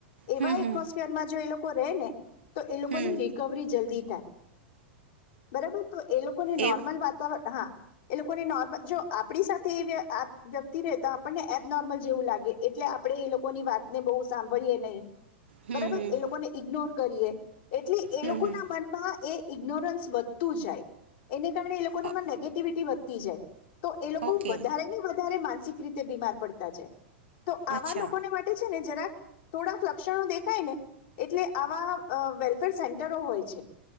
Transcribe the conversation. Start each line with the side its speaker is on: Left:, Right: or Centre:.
Left: એવા
Right: હમ
Left: એટમોસફિયરમાં
Right: હમ
Left: જો એ લોકો રહે ને તો એ લોકોની
Right: હમ
Left: રિકવરી જલ્દી થાય બરાબર તો એ લોકોને નોર્મલ
Right: એ
Left: વાતાવરણ હા એ લોકોને નોર્મલ જો આપણી સાથે એ અ વ્યક્તિ રહે તો આપણને એબ નર્મલ જેવું લાગે. એટલે આપણે એ લોકોની વાતને બહુ સાંભળીએ નહીં
Right: હમ
Left: બરાબર
Right: હમ
Left: એ લોકોને ઇગનોર કરીએ. એટલે એ
Right: હમ
Left: લોકો
Right: હમ
Left: ના મનમાં એ ઇગ્નોરન્સ વધતું જાય. એને કારણે એ લોકો નામાં
Right: ઓ-
Left: નેગેટિવિટી વધતી જાય. તો એ લોકો
Right: ઓકે
Left: વધારે ને વધારે માન માસિક રીતે બીમાર પડતા જાય. તો આવા
Right: અચ્છા
Left: લોકોને માટે છે. ને જરાક થોડાક લક્ષણો દેખાય ને એટલે આવા અ વેલફેર સેન્ટરો હોય છે.